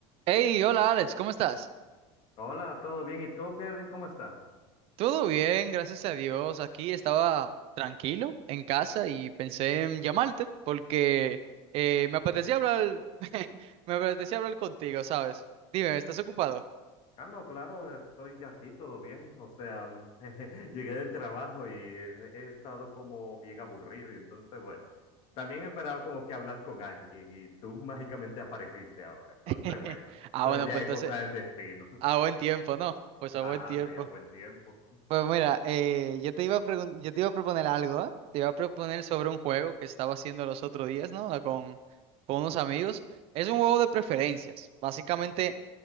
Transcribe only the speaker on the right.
Hey, hola Alex, ¿cómo estás?
Todo bien, gracias a Dios. Aquí estaba tranquilo en casa y pensé en llamarte porque eh, me apetecía hablar, <laughs> me apetecía hablar contigo, ¿sabes? Dime, ¿estás ocupado?
<laughs>
Ah,
bueno,
pues
entonces,
a
buen tiempo, ¿no? Pues a
buen tiempo.
Pues mira, eh, yo te iba a pregun- yo te iba a proponer algo, ¿eh? Te iba a proponer sobre un juego que estaba haciendo los otros días, ¿no? Con, con unos amigos. Es un juego de preferencias. Básicamente.